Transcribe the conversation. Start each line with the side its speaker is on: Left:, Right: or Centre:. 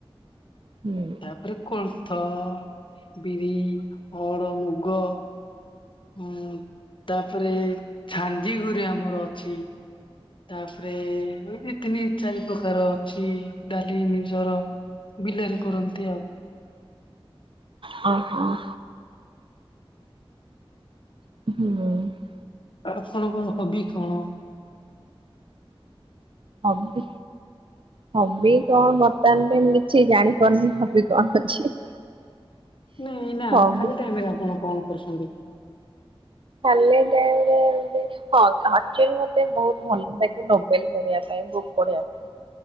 Right: ହୁଁ।
Left: ତାପରେ କୋଳଥ ବିରି ହଡ ମୁଗ। ହଁ ତାପରେ ଝାଞ୍ଜିଗୁରେ ଆମର ଅଛି। ତାପରେ ଏ ଦି ତିନି ଚାରି ପ୍ରକାର ଅଛି ଡାଲି ନିଜର। ବିଲରେ କରନ୍ତି ଆଉ।
Right: ହଁ ହଁ। ହୁଁ।
Left: ଆପଣଙ୍କ ହବି କଣ?
Right: ହବି। ହବି କଣ ବର୍ତ୍ତମାନ ପାଇଁ ମୁଁ କିଛି ଜାଣିପାରୁନି ହବି କଣ ଅଛି?
Left: ନାଇଁ ଏଇନା
Right: ହବି
Left: ଖାଲି ଟାଇମ୍ ରେ ଆପଣ କଣ କରୁଛନ୍ତି?
Right: ଖାଲି ଟାଇମ୍ ରେ ଏମିତି ହଁ। ଆକ୍ଚୁ ଆଲି ମତେ ବହୁତ୍ ଭଲ ଲାଗେ ନଭେଲେ ପଢିବା ପାଇଁ ବୁକ୍ ପଢିବା ପାଇଁ।